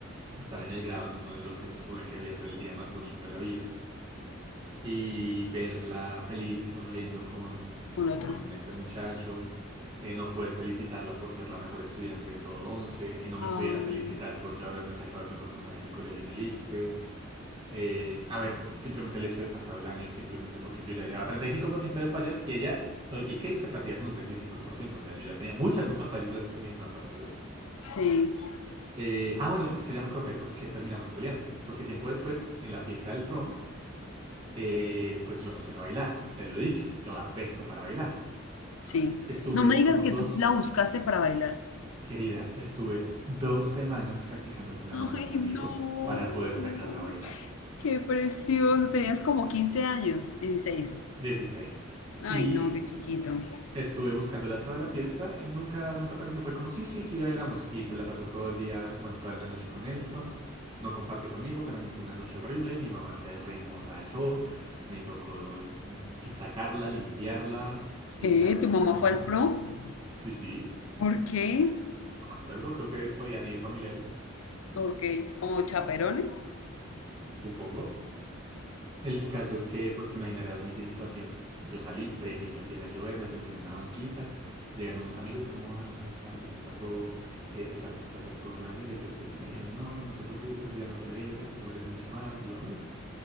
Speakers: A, on the right (about 25°); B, on the left (about 80°).
A: estar en el grado en uno de los que se supone que debía ser el día más bonito de la vida. y verla feliz y sonriendo con,
B: Con otro.
A: con este muchacho, eh, no poder felicitarla por ser la mejor estudiante de todo 11 que no me
B: Ay,
A: pudiera felicitar por yo haberme sacado el mejor puntaje del colegio en el ICFES. eh, a ver, simplemente el hecho de pasado el año, simplemente porque yo ya llevaba 35% de fallas y ella, eh, y Kate se perdía con un veinticinco por ciento o sea, yo ya tenía muchas más fallas de las que se necesitaban para perder.
B: sí,
A: Eh, ah, bueno, es que ya me acordé por qué terminamos peleando, porque tiempo después, en la fiesta del prom, eh, pues yo no sé bailar, te lo he dicho, yo apesto para bailar.
B: sí.
A: Estuve
B: No me digas
A: como
B: que
A: dos,
B: tú la buscaste para bailar.
A: querida, estuve dos semanas practicando con la
B: Ay,
A: mamá de un amigo
B: no.
A: para poder sacarla a bailar.
B: Qué precioso. Tenías como 15 años, dieciséis
A: 16.
B: Ay,
A: Y
B: no, qué chiquito.
A: estuve buscándola toda la fiesta y nunca, nunca apareció. Fue como, sí, sí, sí, bailamos. Y se la pasó todo el día, bueno, toda la noche con Nelson. No compartió conmigo, para mí fue una noche horrible. Mi mamá se reemborrachó, me tocó mm, sacarla, limpiarla. Y
B: ¿Qué?
A: claro, eso
B: ¿Tu mamá
A: fue como,
B: fue al prom?
A: sí, sí.
B: ¿Por qué?
A: No me acuerdo, creo que podían ir familiares,
B: Ok, ¿como chaperones?
A: supongo. El caso es que, pues te imaginarás mi situación. Yo salí, preciso, empieza a llover, me senté en una banquita, llegan unos amigos como, ay, Santi, ¿qué pasó? Eh, ¿estás, estás así por lo de Daniel? Ellos sí, me dijeron, no, no te preocupes, ella no te merece, tú mereces mucho más. Y yo, <laughs> "Ah,